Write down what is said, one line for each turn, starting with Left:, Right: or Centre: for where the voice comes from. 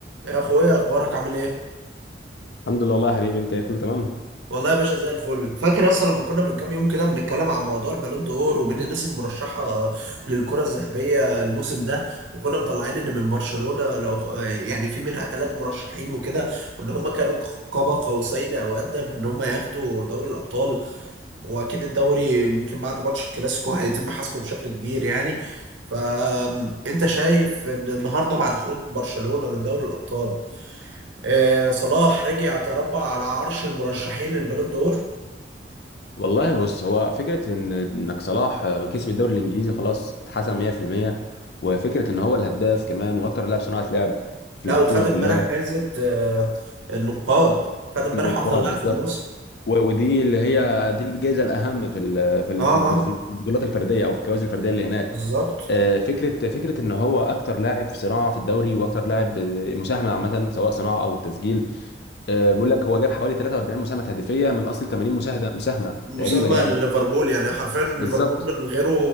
Right: يا اخويا اخبارك عامل ايه
Left: الحمد لله والله يا حبيبي انت ايه كله تمام
Right: والله يا باشا زي الفل فاكر اصلا لما كنا من كام يوم كده بنتكلم عن موضوع البالون دور ومين الناس المرشحه للكره الذهبيه الموسم ده وكنا مطلعين ان من برشلونه لو يعني في منها ثلاث مرشحين وكده وان هم كانوا قاب قوسين او ادنى في ان هم ياخدوا دوري الابطال واكيد الدوري يمكن بعد ماتش الكلاسيكو هيتم حسمه بشكل كبير يعني فانت شايف ان النهارده بعد خروج برشلونه من دوري الابطال آه، صلاح رجع تربع على عرش المرشحين للبالون دور
Left: والله بص هو فكره ان انك صلاح آه، كسب الدوري الانجليزي خلاص اتحسم 100% وفكره ان هو الهداف كمان واكتر لاعب صناعه لعب في
Right: لا
Left: البطوله
Right: وخد
Left: كلها
Right: امبارح جائزة آه، النقاد خد امبارح
Left: النقاط
Right: افضل لاعب
Left: بالظبط
Right: في الموسم
Left: و- ودي اللي هي دي الجائزه الاهم في ال- في ال-
Right: اه
Left: في البط-
Right: اه
Left: في البطولات الفرديه او في الجوائز الفرديه اللي هناك
Right: بالظبط
Left: آه، فكره فكره ان هو اكتر لاعب في صناعه في الدوري واكتر لاعب آه، مساهمه عامه سواء صناعه او تسجيل آه، بيقول لك هو جاب حوالي 43 مساهمه هدفيه من اصل 80 مساهده مساهمه
Right: مساهمة
Left: تقريبا يعني
Right: ليفربول يعني حرفيا ليفربول
Left: بالظبط
Right: من غيره